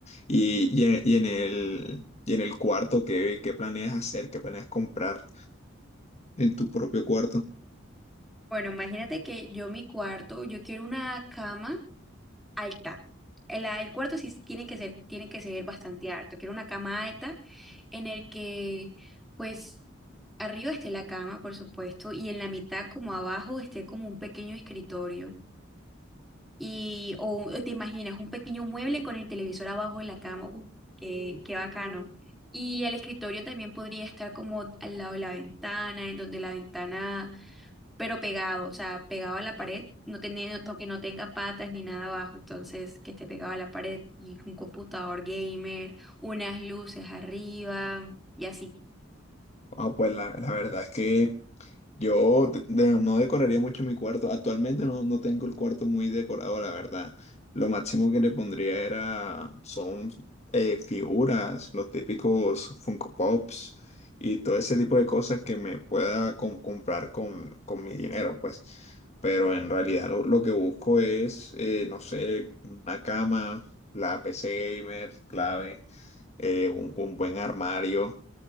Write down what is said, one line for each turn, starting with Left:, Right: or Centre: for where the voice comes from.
Left: Y, y en, y en el, y en el cuarto, ¿qué, qué planeas hacer? ¿Qué planeas comprar en tu propio cuarto?
Centre: Bueno, imagínate que yo mi cuarto, yo quiero una cama alta. El, el cuarto sí tiene que ser, tiene que ser bastante alto. Quiero una cama alta en el que, pues, arriba esté la cama, por supuesto, y en la mitad, como abajo, esté como un pequeño escritorio. Y, o o te imaginas, un pequeño mueble con el televisor abajo de la cama. Uh, qué, qué bacano. Y el escritorio también podría estar como al lado de la ventana, en donde la ventana pero pegado, o sea, pegado a la pared, no teniendo, que no tenga patas ni nada abajo, entonces que esté pegado a la pared y un computador gamer, unas luces arriba y así.
Left: Ah, pues la, la verdad es que yo de- de- no decoraría mucho mi cuarto. Actualmente no, no tengo el cuarto muy decorado, la verdad. Lo máximo que le pondría era, son eh, figuras, los típicos Funko Pops y todo ese tipo de cosas que me pueda com- comprar con, con mi dinero, pues. Pero en realidad lo, lo que busco es, eh, no sé, una cama, la PC gamer, clave, eh, un un buen armario.